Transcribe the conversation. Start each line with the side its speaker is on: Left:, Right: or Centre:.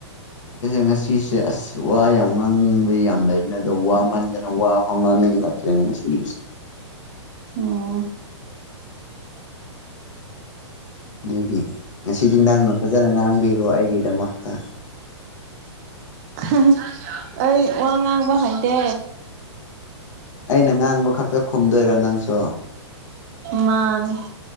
Left: ꯑꯩꯖꯦ ꯉꯥ ꯁꯤꯁꯦ ꯑꯁ ꯋꯥ ꯌꯥꯝ ꯉꯥꯡꯅꯤꯡꯕ ꯌꯥꯝ ꯂꯩꯕꯅꯤ ꯑꯗꯣ ꯋꯥꯃꯟꯗꯅ ꯋꯥ ꯑꯧ ꯉꯥꯡꯅꯤꯡꯂꯛꯇ꯭ꯔꯦ ꯉꯁꯤ ꯅꯨꯃꯤꯠꯁꯦ
Right: ꯎꯝ
Left: ꯑꯗꯨꯒꯤ ꯉꯁꯤꯗꯤ ꯅꯪꯅ ꯐꯖꯅ ꯉꯥꯡꯕꯤꯔꯣ ꯑꯩꯒꯤꯗꯃꯛꯇ
Right: ꯍꯥ ꯍꯥ ꯑꯩ ꯋꯥ ꯉꯥꯡꯕ ꯍꯩꯇꯦ
Left: ꯑꯩꯅ ꯉꯥꯡꯕ ꯈꯛꯇ ꯈꯨꯝꯗꯣꯏꯔꯣ ꯅꯪꯁꯨ
Right: ꯃꯥꯥꯅꯦ <inaudible>